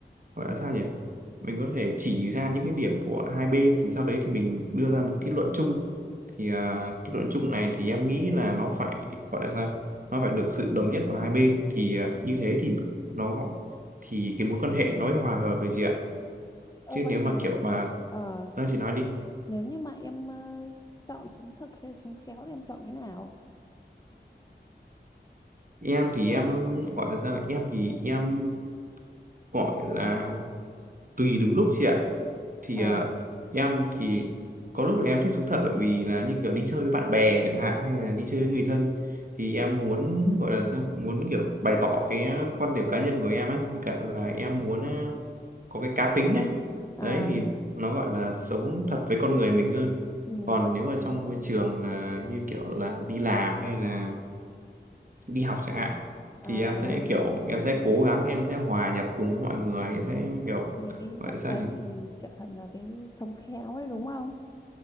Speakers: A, on the right; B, on the left.
A: gọi là sao nhỉ mình có thể chỉ ra những cái điểm của hai bên thì sau đấy thì mình đưa ra một kết luận chung thì à, kết luận chung này thì em nghĩ là nó phải gọi là sao nó phải được sự đồng nhất của hai bên thì à, như thế thì nó thì cái mối quan hệ nó mới hòa hợp với chị ạ
B: Ờ
A: chứ
B: vậy
A: nếu
B: thì
A: mà kiểu mà
B: ờ,
A: đang chị nói đi
B: nếu như mà em ờ, chọn sống thực hay sống khéo thì em chọn cái nào?
A: em thì em gọi là sao vậy? em thì em gọi là tùy từng lúc chị ạ thì
B: Ờ
A: ờ, em thì có lúc là em thích sống thật bởi vì là như kiểu đi chơi với bạn bè chẳng hạn hay là đi chơi với người thân thì em muốn gọi là sao muốn kiểu bày tỏ cái ờ, quan điểm cá nhân của em á với cả là em muốn ờ, có cái cá tính ấy
B: à,
A: đấy thì nó gọi là sống thật với con người mình hơn
B: ừ,
A: còn
B: vậy
A: nếu mà trong môi trường là như kiểu là đi làm hay là đi học chẳng hạn
B: à,
A: thì em sẽ kiểu em sẽ
B: ừ.
A: cố gắng em sẽ hòa nhập cùng với mọi người em sẽ kiểu
B: Vậy thì cái
A: gọi
B: khúc
A: là sao
B: đấy
A: nhỉ
B: thì trở thành là cái sống khéo ấy đúng không?